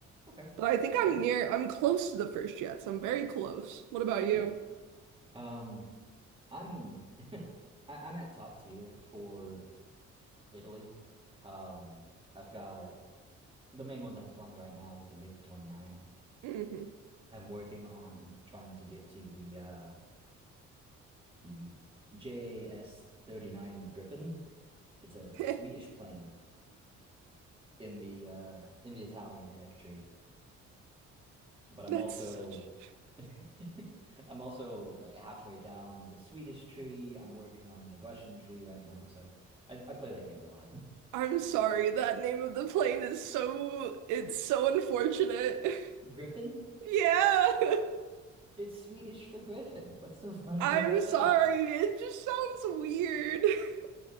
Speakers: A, on the right; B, on the right.
A: Okay,
B: But I think
A: that's fair.
B: I'm near I'm close to the first Jets. I'm very close. What about
A: Yeah,
B: you?
A: you. Um, I'm <laughs> I, I'm at top tier for Italy. Um, I've got the main one that I'm flying right now is the MiG 29.
B: hmm
A: I'm working on trying to get to the uh the JS 39 Gripen. It's a it's
B: <laughs>
A: a Swedish plane in the uh in the Italian tech tree. But I'm
B: That's
A: also
B: such
A: <laughs> I'm also like halfway down the Swedish tree. I'm working on the Russian tree right now, so I, I play that game a lot.
B: I'm sorry, that name of the plane is so it's so unfortunate. <laughs>
A: <laughs> Griffin?
B: Yeah. <laughs>
A: It's Swedish for Griffin. What's so <laughs> funny
B: I'm
A: about
B: sorry.
A: that?
B: It just sounds weird. <laughs>